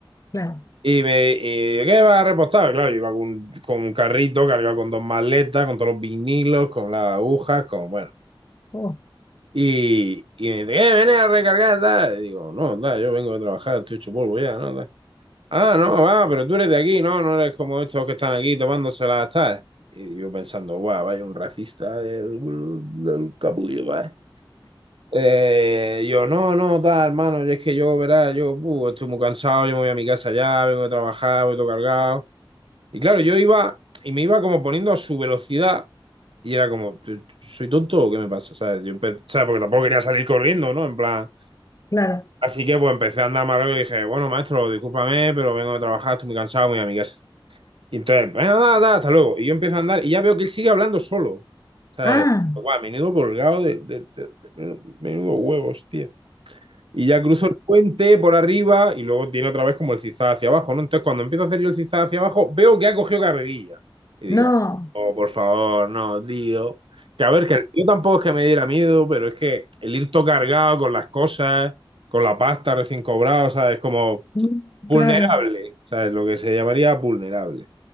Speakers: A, on the left; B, on the right.
A: claro,
B: Y me, y, ¿qué va a repostar? Claro, yo iba con un, con un carrito cargado con dos maletas, con todos los vinilos, con las agujas, con, bueno.
A: oh,
B: Y, y me dice, ¿qué? Viene a recargar, tal. Y digo, no, tal, yo vengo de trabajar, estoy hecho polvo ya, ¿no? Tal. Ah, no, va, pero tú eres de aquí, ¿no? No eres como estos que están aquí tomándoselas, ¿sabes? Y yo pensando, guau, vaya un racista del, del capullo, ¿vale? Eh, yo, no, no, tal, hermano, y es que yo, verás, yo uh, estoy muy cansado, yo me voy a mi casa ya, vengo de trabajar, voy todo cargado. Y claro, yo iba y me iba como poniendo a su velocidad y era como, ¿t- t- ¿soy tonto o qué me pasa? ¿Sabes? Yo empe- ¿sabes? Porque tampoco quería salir corriendo, ¿no? En plan,
A: claro.
B: así que pues empecé a andar más rápido y dije, bueno, maestro, discúlpame, pero vengo de trabajar, estoy muy cansado, me voy a mi casa. Y entonces, bueno, nada, nada, hasta luego. Y yo empiezo a andar y ya veo que él sigue hablando solo. ¿Sabes?
A: Ah,
B: Guau, menudo colgado de, de- de- de- menudo, menudo huevos, tío. Y ya cruzo el puente por arriba y luego tiene otra vez como el zigzag hacia abajo, ¿no? Entonces, cuando empiezo a hacer yo el zigzag hacia abajo, veo que ha cogido carrerilla. Y digo,
A: no,
B: oh por favor, no, tío. Que a ver, que yo tampoco es que me diera miedo, pero es que el ir todo cargado con las cosas, con la pasta recién cobrada, ¿sabes? Como
A: mm,
B: vulnerable,
A: claro,
B: ¿sabes? Lo que se llamaría vulnerable.